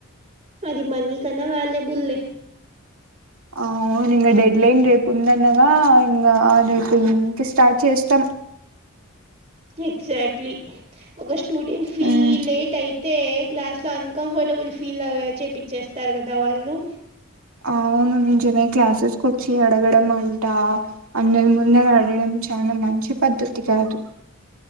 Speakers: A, on the right; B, on the right.
A: అది మనీ కన్నా వాల్యబుల్ లే
B: అ అవును ఇంకా డెడ్ లైన్ రేపు ఉంద అనగా ఇంకా రేపు ఈవినింగ్ కి స్టార్ట్ చేస్తాం
A: ఎగ్జాక్ట్లీ ఒక స్టూడెంట్ ఫీ
B: మ్మ్
A: లేట్ అయితే క్లాస్ లో ఉంకంఫర్టబుల్ అన్ కంఫర్టబుల్ ఫీల్ చేపిచ్చేస్తారు కదా వాళ్ళు
B: అవును నిజమే క్లాసెస్కి వచ్చి అడగడమంట అందరి ముందర అడగడం చాలా మంచి పద్ధతి కాదు